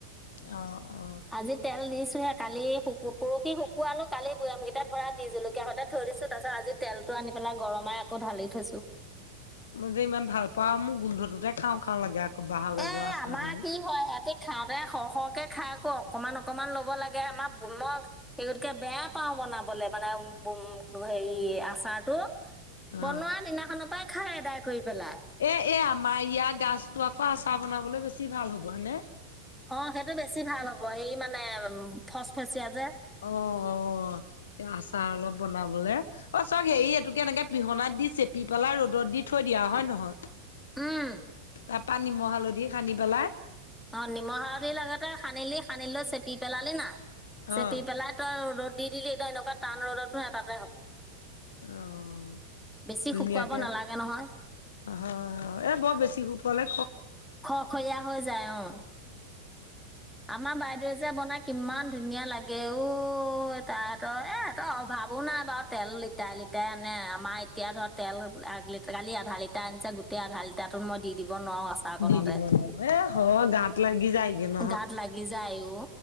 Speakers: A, on the left; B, in the centre.
A: অ'। অ
B: আজি তেল দিছোহে কালি শুকু পৰহি শুকু আলো কালি বামকেইটা ভৰা দি জলকীয়া সতে থৈ দিছো, তাৰপাছ আজি তেলটো আ পেল গৰম মই আকৌ ঢালি থৈছো।
A: মই যে ইমান ভাল পাওঁ, মোৰ গোন্ধটোতে খাওঁ খাওঁ লাগে আকৌ বাঁহৰ গাজৰ
B: এ
A: আচাৰকণো
B: আমাৰ কি হয় সিহঁতি খাওঁতে সৰ সৰহকে খাই আকৌ অকনমান অকমান লব লাগে, আমাৰ মই সেই গতকে বেয়া পাও বনাবলে মানে উম হেৰি আচাৰটো
A: অ
B: বনোৱা দিনাখনতেই খাই আদায় কৰি পেলাই।
A: এ এ আমাৰ ইয়াৰ গছটো আকৌ আচাৰ বনাবলৈ বেছি ভাল হ'ব, হয় নে।
B: অ' সেইটো বেছি ভাল হ'ব, সেই মানে ফচ ফচীয়াা যে।
A: অ' অ' আচাৰ অলপ বনাবলে, অ' চক‌ হেৰি এইটোকে এনেকে পিহনাই দি চেপি পেলা ৰ'দত দি থৈ দিয়া, হয় নহয়।
B: উম।
A: তাৰ পৰাা নিমখ হালধি হানি পেলাই
B: অ' নিমখ সালধিৰ লগতে খানিলি, খানিলৈ চেপি পেলালি না চেপি
A: অ
B: পেলাই তই ৰ'দ দি দিলি, এতিয়া এনেকুৱা টান ৰ'দতো এটাতে হ'ব।
A: অ'
B: বেছি
A: দুুনীয়া
B: শুকুৱাব
A: কে
B: নালাগে নহয়
A: হয় হয়, এ উ' বেছি শুকোৱালে
B: খ খৈয়া হৈ যায়, অ'। আমাৰ বাইদেউৱে যে বনাই, কিমান ধুনীয়া লাগে ও', তাহতৰ এহতৰ অভাৱ খাবো নাই বাৰু তেল লিটাৰে লিটাৰ আনে, আমাৰ এতিয়া ধৰ তেল এক লিট কালি আধা লিটাৰ আনিছে গোট আধ লিাৰটো মই দি দিব নোৱাৰো আচাৰকণতে
A: দি দিব নহয়, এ হয় গাত লাগি যায়গৈ ন।
B: গাত লাগি যায় ও,